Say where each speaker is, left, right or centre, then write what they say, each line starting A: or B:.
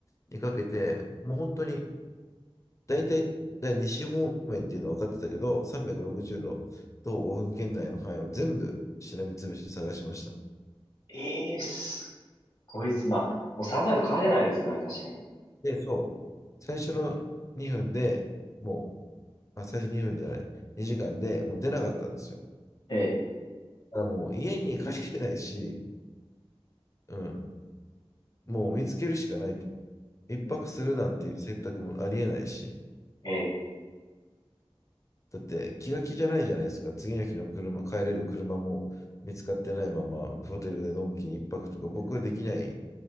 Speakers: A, on the left; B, on the left.
A: にかけて、もう本当に大体、だ西方面っていうのは分かってたけど、360度、と5分圏内の範囲を全部しらみつぶしに探しました。
B: ー、えー、すごいです。まあ、もうさらさないと帰れないですからね、確かに。
A: で、そう、最初の2分でもうまあ、最初2分じゃない。2時間でもう出なかったんですよ。だ
B: え
A: からもう家に帰れないし、うん、もう見つけるしかないと。一泊するなんていう選択もありえないし、
B: ー、うん、え
A: だって気が気じゃないじゃないですか。次の日の車、帰れる車も見つかってないまま、ホテルでのんきに一泊とか、僕はできない